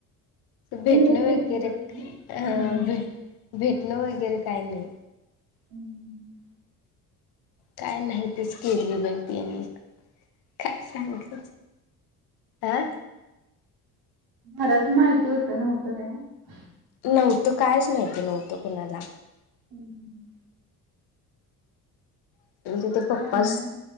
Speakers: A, on the left; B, on the right.
A: भेटण
B: फोनवर
A: वगैरे
B: तरी बोल.
A: अह
B: हा
A: भे भेट भेटन वगैरे काही नाही
B: हम्म.
A: काय नाही तेच केलीय बाई <unintelligible> काय सांगितलं अह
B: घरात माहिती होतं नव्हतं काय
A: नव्हतं कायच माहिती नव्हतं कुणाला
B: हम्म
A: <unintelligible> ते पप्पा
B: चांगला